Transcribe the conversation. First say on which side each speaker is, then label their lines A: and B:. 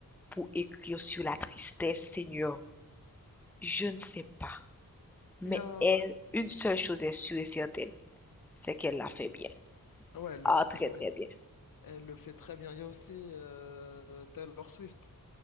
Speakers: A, in the centre; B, on the left.
A: pour écrire sur la tristesse, Seigneur. Je ne sais pas. Mais
B: Il y a...
A: elle, une seule chose est sûre et certaine, c'est qu'elle l'a fait bien.
B: Ouais, elle le
A: Ah,
B: fait très
A: très, très
B: bien.
A: bien.
B: Elle le fait très bien. Il y a aussi euh, Taylor Swift.